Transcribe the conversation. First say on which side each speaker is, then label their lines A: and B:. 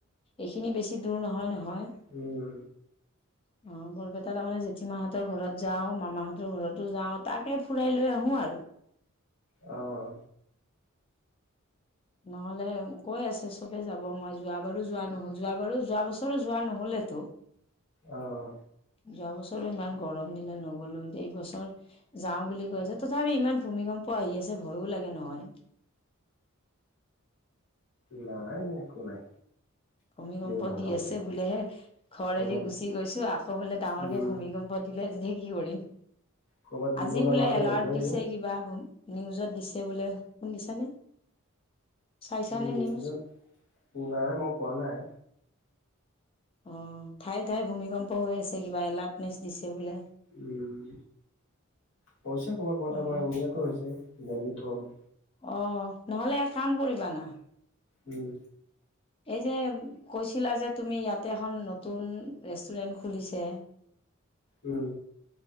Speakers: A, on the left (about 25°); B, on the left (about 60°).
A: এইখিনি বেছি দূৰ নহয় নহয়। হয়।
B: উম
A: অ বৰপেটা তাৰ মানে জেঠী মাহঁতৰ ঘৰত যাও মামাহঁতৰ ঘৰতো যাও তাকে ফুৰাই লৈ। আহো আৰু,
B: অহ।
A: নহলে কৈ আছে চবে যাব। হব, মই যোৱা বাৰু যোৱা নহল যোৱা বাৰু যোৱা বছৰো যোৱা নহলেতো।
B: অহ।
A: যোৱা বছৰো ইমান গৰম দিলে নগলো। এতিয়া এইবছৰ যাও বুলি কৈছে, তথাপি ইমান ভূমিকম্প, প আহি আছে ভয়ো লাগে নহয়।
B: নাই নাই, একো নাই।
A: ভূমিকম্প
B: কিয় ভয়
A: দি
B: খাব
A: আছে
B: লাগে
A: বোলেহে, ঘৰ
B: কৰ'বাত
A: এৰি গুচি গৈছো। আকৌ বোলে ডাঙৰকে
B: উম
A: ভূমিকম্প দিলে যে থাক। কি কৰিম,
B: কৰ'বাত দিব
A: আজি
B: লগা
A: বোলে
B: হ'লে
A: এলাৰ্ট
B: হ'বই
A: দিছে কিবা। নিউজত দিছে বোলে শুনিছানে? চাইছানে
B: নিউজত
A: নিউজ
B: নাই মই পোৱা নাই।
A: অ ঠায়ে ঠায়ে ভূমিকম্প হৈ আছে। কিবা এলাৰ্টনেচ দিছে বোলে।
B: উম পইচা কমাত কোৱা
A: অ',
B: ত আমাৰ ইণ্ডিয়াতো হৈছে দেল্লীত হ'ল।
A: অ নহ'লে এক কাম কৰিবা না।
B: উম।
A: এই যে কৈছিলা যে তুমি, ইয়াতে এখন নতুন ৰেষ্টুৰেন্ট খুলিছে। <inaudible>
B: উম।